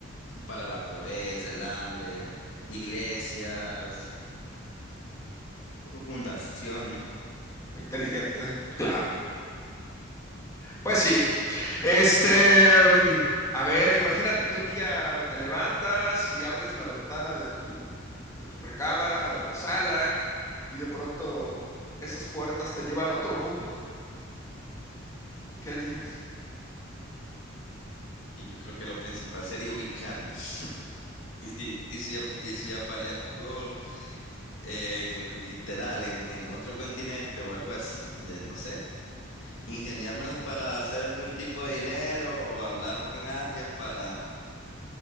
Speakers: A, on the left (about 70°); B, on the left (about 15°).
A: para la pobreza, el hambre, iglesias, fundaciones.
B: muy inteligente, claro. Pues sí, este, mm, a ver, imagínate que un día te levantas y abres la ventana de tu, de tu recámara o la sala y de pronto esas puertas te llevan a otro mundo. ¿Qué harías?
A: Y yo creo que lo principal sería ubicarme. Y si, y si, ap- y si aparezco en literal en, en otro continente o algo así, ya no sé, ingeniármelas para hacer algún tipo de dinero o hablar con alguien para